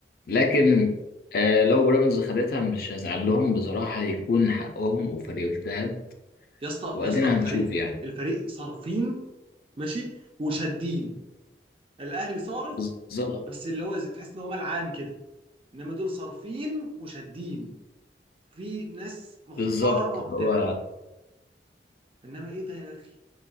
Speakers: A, on the left; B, on the right.
A: لكن آه لو بيراميدز خدتها مش هزعل لهم بصراحة هيكون حقهم وفريق اجتهد
B: يا اسطى
A: وأدينا
B: يا اسطى الفريق
A: هنشوف يعني
B: الفريق صارفين ماشي وشادين الاهلي صارف
A: بالظبط
B: بس اللي هو زي تحس ان هو ملعان كده انما دول صارفين وشادين في ناس محترمه
A: بالظبط
B: بتلعب
A: هو
B: انما ايه ده يا اخي